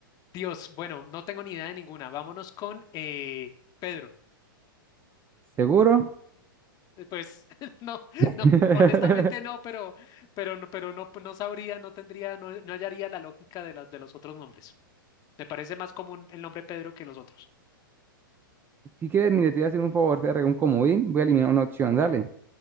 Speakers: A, on the left; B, on the right.
A: Dios, bueno, no tengo ni idea de ninguna. Vámonos con eh, Pedro.
B: ¿Seguro?
A: Eh, Pues <laughs> no,
B: <laughs>
A: no, honestamente no, pero, pero no, pero no, no sabría, no tendría, no, no hallaría la lógica de las de los otros nombres. Me parece más común el nombre Pedro que los otros.
B: Si quieres, mire, te voy a hacer un favor, te voy a regalar un comodín. Voy a eliminar una opción, dale. Voy